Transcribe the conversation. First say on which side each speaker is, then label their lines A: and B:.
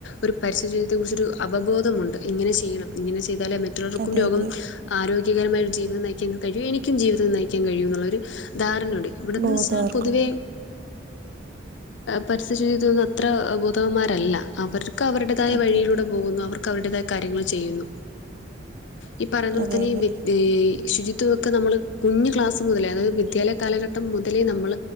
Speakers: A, on the left (about 80°); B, on the right (about 55°).
A: ഒരു പരിസ്ഥി ജീവിതത്തെ കുറിച്ചൊരു അവബോധമുണ്ട് ഇങ്ങനെ ചെയ്യണം ഇങ്ങനെ ചെയ്താലേ മറ്റുള്ളോവർക്കും
B: അതെ
A: രോഗം
B: അതെ
A: ആരോഗ്യകരമായ ഒരു ജീവിതം നയിക്കാൻ കഴിയും എനിക്കും ജീവിതം നയിക്കാൻ കഴിയുന്നുള്ളരു ധാരണയുണ്ട് ഇവിടെന്ന്
B: ബോധം
A: വെച്ചാൽ
B: അവർക്കുണ്ട്
A: പൊതുവേ പരിസ്ഥിതി ശുചിത്വത്തിന് അത്ര ബോധവന്മാരല്ല അവർക്ക് അവരുടേതായ
B: അതെ
A: വഴിയിലൂടെ
B: അതെ
A: പോകുന്നു അവർക്ക് അവരുടേതായ കാര്യങ്ങൾ ചെയ്യുന്നു ഈ പറയുന്നത്
B: അതെ
A: പോൽ തന്നെ
B: അതെ
A: ഈ ഈ ശുചിത്വൊക്കെ നമ്മള് കുഞ്ഞു ക്ലാസ് മുതല അതായത് വിദ്യാലയ കാലഘട്ടം മുതലേ നമ്മൾ